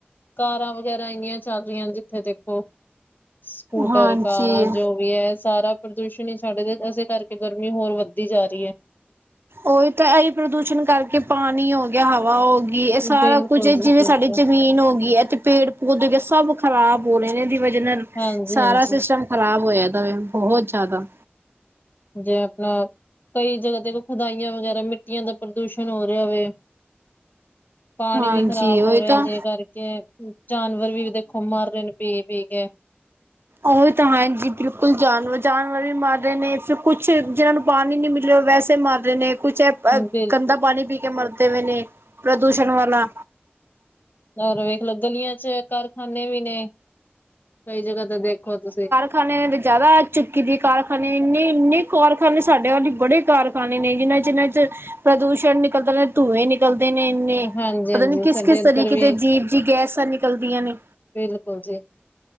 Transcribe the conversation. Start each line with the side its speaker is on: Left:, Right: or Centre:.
Left: ਕਾਰਾਂ ਵਗੈਰਾ ਇੰਨੀਆਂ ਚੱਲ ਰੀਆ ਜਿੱਥੇ ਦੇਖੋ। ਸਕੂਟਰ,
Right: ਹਾਂਜੀ
Left: ਕਾਰਾਂ ਜੋ ਵੀ ਐ ਏ ਸਾਰਾ ਪ੍ਰਦੂਸ਼ਣ ਈ ਛੱਡਦੇ ਇਸੇ ਕਰਕੇ ਗਰਮੀ ਹੋਰ ਵੱਧਦੀ ਜਾ ਰੀ ਐ।
Right: ਓਈ ਤਾਂ ਐ ਈ ਪ੍ਰਦੂਸ਼ਣ ਕਰਕੇ ਪਾਣੀ ਹੋ ਗਿਆ, ਹਵਾ ਹੋ ਗੀ ਐ ਸਾਰਾ
Left: ਬਿਲਕੁਲ
Right: ਕੁੱਝ ਜਿਵੇਂ
Left: ਜੀ ਬਿਲਕੁਲ,
Right: ਸਾਡੀ ਜ਼ਮੀਨ ਹੋ ਗੀ ਐ ਤੇ ਪੇੜ ਪੋਧੇ ਹੋਗੇ ਸਭ ਖ਼ਰਾਬ ਹੋਰੇ ਨੇ ਏਦੀ ਵਜਾ ਨਾਲ
Left: ਹਾਂਜੀ-ਹਾਂਜੀ।
Right: ਸਾਰਾ ਸਿਸਟਮ ਖ਼ਰਾਬ ਹੋਇਆ ਦਾ ਵੇ। ਬੋਹਤ ਜਾਦਾ।
Left: ਜਿਵੇਂ ਆਪਣਾ ਕਈ ਜਗ੍ਹਾ ਤੇ ਖੁਦਾਈਆਂ ਵਗੈਰਾ ਮਿੱਟੀਆਂ ਦਾ ਪ੍ਰਦੂਸ਼ਣ ਹੋ ਰਿਆ ਵੇ। ਪਾਣੀ
Right: ਹਾਂਜੀ
Left: ਵੀ ਖ਼ਰਾਬ
Right: ਉਹੀ
Left: ਹੋ ਰਿਆ
Right: ਤਾਂ
Left: ਜੇ ਕਰਕੇ ਜਾਨਵਰ ਵੀ ਦੇਖੋ ਮਰ ਰੇ ਨੇ ਪੀ-ਪੀ ਕੇ।
Right: ਓਹੀ ਤਾਂ ਹਾਂਜੀ ਬਿਲਕੁੱਲ ਜਾਨ ਜਾਨਵਰ ਵੀ ਮਰ ਰੇ ਨੇ ਫ ਕੁਛ ਜਿਨਾਂ ਨੂੰ ਪਾਣੀ ਨੀ ਮਿਲਆ ਓ ਵੈਸੇ ਮਰ ਰੇ ਨੇ ਕੁਛ ਐ ਅ
Left: ਬਿਲਕੁਲ
Right: ਗੰਦਾ ਪਾਣੀ ਪੀ ਕੇ ਮਰਦੇ ਵੇ ਨੇ ਪ੍ਰਦੂਸ਼ਣ ਵਾਲਾ।
Left: ਹੋਰ ਵੇਖਲੌ ਗਲੀਆਂ ਚ ਕਾਰਖਾਨੇ ਵੀ ਨੇ ਕਈ ਜਗ੍ਹਾ ਤੇ ਦੇਖੋ ਤੁਸੀਂ
Right: ਖਾਨਿਆ ਨੇ ਤੇ ਜਾ ਅਤ ਚੁੱਕੀ ਦੀ ਕਾਰਖਾਨੇ ਇੰਨੇ-ਇੰਨੇ ਕਾਰਖਾਨੇ ਸਾਡੇ ਵਾਲੀ ਬੜੇ ਕਾਰਖਾਨੇ ਨੇ ਜਿਨਾਂ-ਜਿਨਾਂ ਚ ਪ੍ਰਦੂਸ਼ਣ ਨਿਕਲਦਾ ਧੂੰਏ ਨਿਕਲਦੇ ਨੇ ਏੰਨੇ
Left: ਹਾਂਜੀ
Right: ਪਤਾ
Left: ਹਾਂਜੀ
Right: ਨੀ ਕਿਸ-ਕਿਸ
Left: ਸਾਡੇ ਇੱਧਰ
Right: ਤਰੀਕੇ
Left: ਵੀ
Right: ਦੇ ਜੀਵ ਜੀ ਗੈਸਾਂ ਨਿਕਲਦੀਆਂ ਨੇ
Left: ਬਿਲਕੁੱਲ ਜੀ